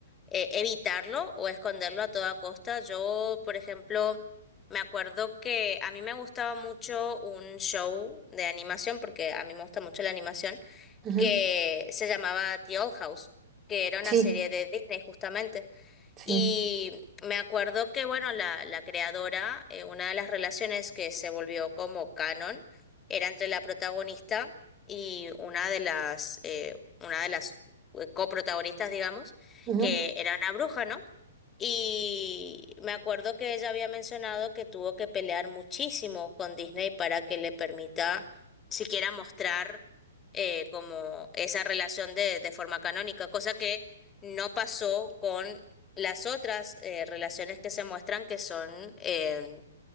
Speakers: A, on the left; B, on the right.
A: eh, evitarlo o esconderlo a toda costa. Yo, por ejemplo, me acuerdo que a mí me gustaba mucho un show de animación, porque a mí me gusta mucho la animación,
B: Ujú.
A: que se llamaba The Old House, que era una
B: Sí,
A: serie de Disney justamente.
B: sí.
A: Y me acuerdo que, bueno, la, la creadora, eh, una de las relaciones que se volvió como canon era entre la protagonista y una de las, eh, una de las eh, coprotagonistas, digamos,
B: ujú,
A: que era una bruja, ¿no? Y me acuerdo que ella había mencionado que tuvo que pelear muchísimo con Disney para que le permita siquiera mostrar eh, como esa relación de, de forma canónica, cosa que no pasó con las otras eh, relaciones que se muestran que son em,